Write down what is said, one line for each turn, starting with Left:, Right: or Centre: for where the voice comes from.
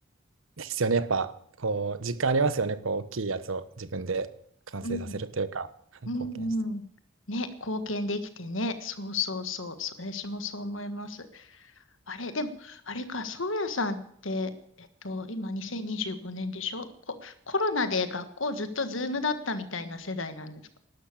Right: ですよね。やっぱこう実感ありますよね。こう大きいやつを自分で完成させるというか、
Left: うん、
Right: はい、
Left: うん、
Right: 貢献して。
Left: うん。ね、貢献できてね、そうそうそう、そ私もそう思います。あれ、でも、あれか、そうやさんって、えっと、今2025年でしょココロナで学校ずっとズームだったみたいな世代なんですか